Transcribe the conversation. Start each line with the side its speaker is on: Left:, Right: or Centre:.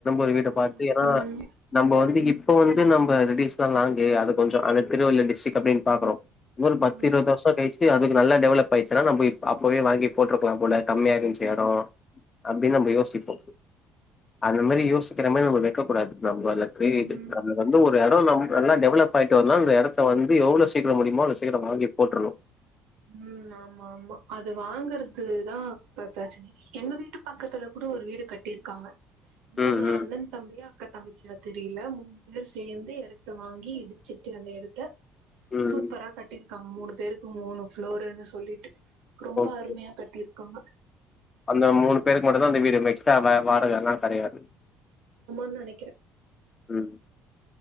Left: ஒரு வீட்ட
Right: ம்
Left: பாத்து ஏனா நம்ம வந்து இப்ப வந்து நம்ம ரெட் ஹில்ஸ தா லாங்கு அத கொஞ்ச அத திருவள்ளூர் டிஸ்டரிக் அப்டின்னு பாக்றோ இன்னு ஒரு பத்து
Right: ம்
Left: இருவது வர்ஷொ கழிச்சி இது அதுக்கு நல்லா டவலப் ஆயிச்சுன்னா நம்ம இப் அப்பவே வாங்கி போட்ருக்லா போல கம்மியா இருச்சு எடொ அப்டினு நம்ம யோசிப்போ அந்த மாரியோசிக்கற மாரி வெக்க கூடாது அது நம்ம அதுல <unintelligible>
Right: ம்
Left: இப்போ வந்து ஒரு எடொ நம் நல்லா டெவலப் ஆயிட்டு வந்தா அந்த எடத்த வந்து எவ்ளொ சீக்கிரொ முடியுமோ அவ்ளொ சீக்கிர வாங்கி போட்டுறான்னு
Right: ம் ஆமா ஆமா அது வாங்கறது தா இப்ப பிரச்சனயே எங்க வீட்டு பக்கத்துல கூட ஒரு வீடு கட்டியிருக்காங்க மூணு
Left: ம் ம்
Right: அண்ணன் தம்பியா அக்கா தங்கச்சியா தெரில மூணு பேரு சேந்து எடத்த வாங்கி இடிச்சுட்டு அந்த எடத்த
Left: ம்
Right: சூப்பரா கட்டிருக்காங்க மூணு பேருக்கு மூணு ஃப்ளோருன்னு சொல்லிட்டு ரொம்ப
Left: ஓகே
Right: அருமையா கட்டிருக்காங்க
Left: அந்த மூணு பேருக்கு மட்டுந்தா அந்த வீடு எக்ஸ்ட்ரா வ வாடகையெல்லா கெடையாது
Right: அப்டினு நெனைக்கிறே
Left: ம்.